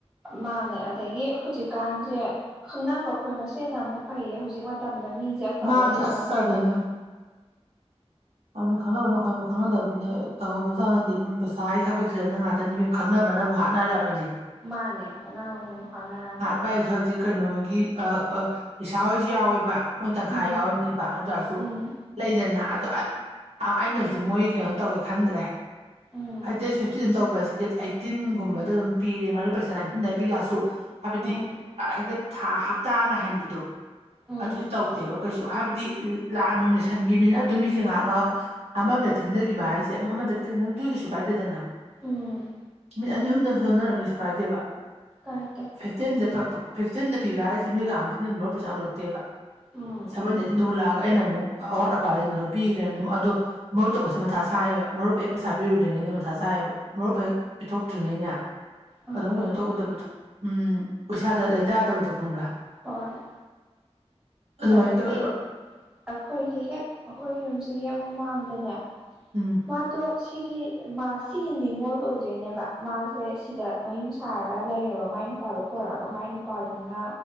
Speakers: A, in the centre; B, on the right (about 70°).
A: ꯃꯥꯅꯦ ꯑꯗꯒꯤ ꯍꯧꯖꯤꯛꯀꯥꯟꯖꯦ ꯈꯪꯅꯕ ꯑꯩꯈꯣꯏ ꯃꯁꯦꯅ ꯑꯃꯨꯛ ꯐꯩꯌꯦ ꯍꯧꯖꯤꯛ ꯃꯇꯝꯗ ꯃꯤꯖꯦ ꯑꯐꯕ
B: ꯃꯥꯅꯦ
A: ꯂꯩꯁꯤꯜꯂꯛꯇ꯭ꯔꯕꯅꯦ
B: ꯑꯁ ꯀꯥꯏꯗꯩꯅꯣ ꯃꯤ ꯈꯪꯅꯕꯅꯈ ꯐ ꯈꯪꯅꯗꯕꯁꯤꯅ‌ꯦ ꯇꯧꯍꯧꯕꯖꯥꯠ ꯅꯠꯇꯦ ꯏꯕ‌ꯦꯝ ꯄꯩꯁꯥꯒꯤ ꯊꯕꯛꯁꯤꯗꯅ ꯉꯥꯛ ꯇꯅꯤ ꯏꯕꯦꯝꯃ ꯈꯪꯅꯕꯅꯕꯨ ꯍꯥꯠꯅꯔꯕꯅꯤ
A: ꯃꯥꯅꯦ ꯈꯪꯅꯕꯕꯨꯛ ꯍꯥꯠꯅꯔꯝ
B: ꯃꯥꯏ ꯍꯧꯖꯤꯛ ꯀꯩꯅꯣꯒꯤ ꯑꯥ ꯑꯥ ꯏꯁꯥ ꯍꯣꯏꯖꯨ ꯌꯥꯎꯋꯦꯕ ꯃꯣꯏ ꯇꯪꯈꯥꯏ
A: ꯎꯝ
B: ꯌꯥꯎꯔꯤꯅꯦꯕ ꯑꯗ‌ꯣꯏꯇꯖꯨ
A: ꯎꯝ
B: ꯂꯩꯗꯅ ꯑꯗꯨ ꯑꯥ ꯑꯩꯅꯖꯨ ꯃꯣꯏ ꯀꯩꯅꯣ ꯇꯧꯋꯦ ꯈꯟꯗ꯭ꯔꯦ
A: ꯎꯝ
B: ꯍꯥꯏ ꯗꯦꯠ ꯐꯤꯐꯇꯤꯟ ꯇꯧꯕꯁꯤ ꯗꯦꯠ ꯑꯩꯠꯇꯤꯟꯒꯨꯝꯕꯗ ꯑꯗꯨꯝ ꯄꯤꯔꯦ ꯃꯔꯨꯞ ꯄꯩꯁꯥ ꯅꯥꯏꯟꯇꯤꯟꯗ ꯄꯤꯔꯛꯑꯁꯨ ꯍꯥꯏꯕꯗꯤ
A: ꯎꯝ
B: ꯍꯦꯛꯇ ꯊꯥ ꯍꯞꯇꯥ ꯑꯃꯥ ꯉꯥꯏꯍꯟꯕꯗꯣ
A: ꯎꯝ
B: ꯑꯗꯨꯗꯤ ꯇꯧꯗꯦꯕ ꯀꯩꯁꯨ ꯍꯥꯏꯕꯗꯤ ꯂꯥꯟ ꯅꯨꯡ ꯂꯩꯁꯟꯒꯤꯝꯅꯤꯅ ꯑꯗꯨꯝ ꯃꯤ ꯖ‌ꯦ ꯉꯥꯍꯥꯛ ꯉꯥꯍꯥꯛ ꯑꯃꯒ ꯊ‌ꯦꯡꯗꯈꯤꯕ ꯍꯥꯏꯖ‌ꯦ ꯗꯨꯝ ꯑꯃꯗ ꯈꯤꯇꯪ ꯗꯪꯗꯤ ꯀꯩꯁꯨ ꯀꯥꯏꯗ‌ꯦꯗꯅ
A: ꯎꯝ
B: ꯃꯤꯠ ꯑꯅꯤ ꯑꯍꯨꯝꯗꯪ ꯆꯣꯟꯗꯔꯖꯨ ꯀꯩꯁꯨ ꯀꯥꯏꯗꯦꯕ
A: ꯀꯥꯏꯗ‌ꯦ
B: ꯐꯤꯐꯇꯤꯟꯗ ꯐꯤꯐꯇꯤꯟꯗ ꯄꯤꯕ ꯍꯥꯏꯖ‌ꯦ ꯃꯤ ꯀꯅꯥꯝ ꯐꯤꯞꯇꯤꯟ ꯄꯩꯁꯥ ꯍꯨꯜꯂꯛꯇꯦꯕ
A: ꯎꯝ
B: ꯁꯚꯦꯟꯇꯤꯟꯗ ꯍꯨꯜꯂꯛꯑꯒ ꯑꯩꯅ ꯑꯃꯨꯛ ꯑꯋꯥꯠ ꯑꯄꯥꯅꯔ ꯄꯤꯈ꯭ꯔꯦꯅ ꯑꯗꯨꯝ ꯑꯗꯣ ꯃꯔꯨꯞꯇꯧꯕꯖ‌ꯦ ꯃꯊꯥ ꯁꯥꯏꯑꯦꯕ ꯃꯔꯨꯞ ꯍꯦꯛ ꯄꯩꯁꯥ ꯄꯤꯔꯨꯗꯔꯤꯉꯩ ꯃꯊꯥ ꯁꯥꯏꯕ ꯃꯔꯨꯞ ꯍꯦꯛ ꯄꯤꯊꯣꯛꯇ꯭ꯔꯤꯉꯩꯩꯅꯦ
A: ꯑꯥ
B: ꯑꯗꯨꯝ ꯀꯩꯅꯣ ꯇꯧꯔꯨꯗꯕꯗꯣ ꯎꯝ ꯏꯁꯥꯗ ꯂꯩꯇꯥꯗꯕꯗꯣ ꯈꯪꯕ꯭ꯔꯥ
A: ꯍꯣꯏ
B: ꯑꯗꯨꯃꯥꯏꯅ
A: ꯑꯗꯒꯤ
B: ꯇꯧꯋꯦꯕ
A: ꯑꯩꯈꯣꯏꯒꯤ ꯍꯦꯛ ꯑꯩꯈꯣꯏ ꯌꯨꯝꯁꯤꯒꯤ ꯍꯦꯛ ꯃꯃꯥꯡꯗꯅꯦ
B: ꯎꯝ
A: ꯃꯥꯇꯣ ꯁꯤꯒꯤ ꯃꯥ ꯁꯤꯒꯤ ꯅꯤꯉꯣꯜ ꯑꯣꯏꯗꯣꯏꯅꯦꯕ ꯃꯥꯁꯦ ꯁꯤꯗ ꯃꯌꯨꯝ ꯁꯥꯔꯒ ꯂꯩꯔꯕ ꯃꯥꯏ ꯅꯨꯄꯥꯗꯨ ꯄ‌ꯣꯔꯛꯑꯒ ꯃꯥꯏ ꯅꯨꯄꯥꯗꯨꯅ